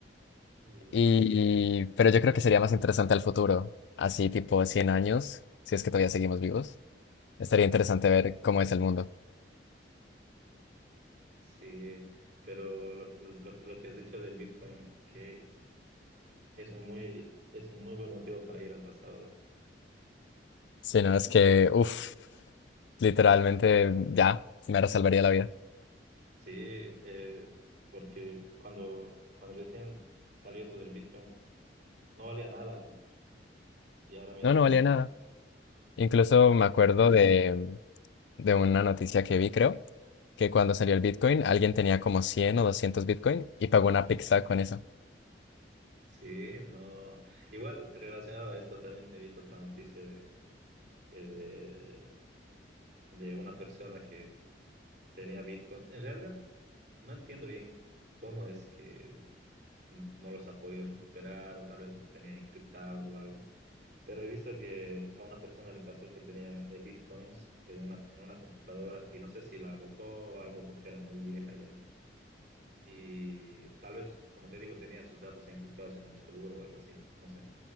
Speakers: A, on the right; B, on the left.
A: Uf,
B: Y, y- pero yo creo que sería más interesante al futuro, así tipo 100 años, si es que todavía seguimos vivos. Estaría interesante ver cómo es el mundo.
A: sí, pero lo, lo- lo que has dicho del Bitcoin, que es un muy, es un muy buen motivo para ir al pasado.
B: Si no, es que, uff literalmente ya, me salvaría la vida.
A: Sí, eh, porque cuando, cuando recién salió esto del Bitcoin, no valía nada, ¿no? Y ahora mira
B: No, no
A: tanto.
B: valía nada. Incluso me acuerdo de, de una noticia que vi, creo, que cuando salió el Bitcoin, alguien tenía como 100 o 200 Bitcoin y pagó una pizza con eso.
A: Sí, no. Igual, relacionado a esto, también he visto otra noticia eh, de, de una persona que tenía bitcoins. En realidad, no entiendo bien cómo es que n- no los ha podido recuperar o tal vez los tenía encriptados o algo, pero he visto que a una persona le pasó que tenía eh, bitcoins en una, en una computadora y no sé si la botó o algo porque era muy vieja ya. Y tal vez, como te digo, tenía sus datos encriptados en un disco duro o algo así, no sé.